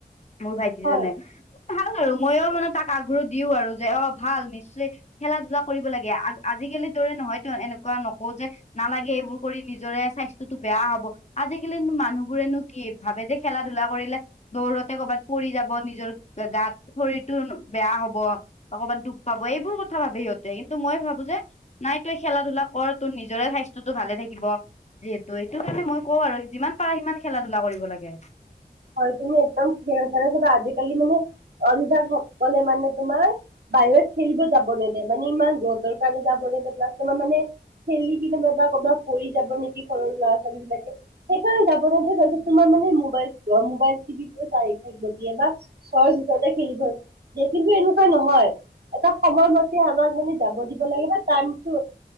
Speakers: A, on the left; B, on the right.
A: মোৰ ভাইটি
B: হয়
A: জনে। ভাল আৰু মইয়ো মানে তাক আগ্ৰহ দিও আৰু যে অ, ভাল নিশ্চয় খেলা ধূলা কৰিব লাগে আ-আজিকালি দৰে নহয়তো এনেকুৱা কোৱা নকও যে নালাগে এইবোৰ কৰি নিজৰে স্বাস্থ্যটো বেয়া হব। আজিকালিনো মান মানুহবোৰেনো কি ভাবে যে খেলা ধু লা কৰিলে দৌৰতে কৰ'ৰবাত পৰি যাব নিজৰ গাত শৰীৰটো বেয়া হব অকমান দুখ পাব এইবোৰ কথা ভাবে সিহঁতে, কিন্তু মই ভাবো যে নাই তই খেলা ধূলা কৰ তোৰ নিজৰে স্বাস্থ্যটো ভালে থাকিব। যিহেতু এইটো কাৰণে মই কওঁ আৰু যিমান পাৰা সিমান খেলা ধূলা কৰিব লাগে।
B: হয়, তুমি একদম চেৰা চে চব আজিকালি মানে অভিভাৱক সকলে মানে তোমাৰ বাহিৰত খেলিব যাব নিদিয়ে মানে ইমান যতৰ কাৰণে যাব নিদিযে প্লাছ তোমাৰ মানে খেলি কি নো ক'বা পৰি যাব নেকি? ঘৰৰ ল'ৰা ছোৱালী বিলাকে সেইকাৰণে যাব তোমাৰ মানে মোবাইল মোবাইল ট চাৰি থাকিব দিয়ে বা, ঘৰৰ ভিতৰতে খেলিব, দে কিন্তু এনেকুৱা নহয়। এটা সময়মতে আমাক মানে যাব দিব লাগে বা টাইমটো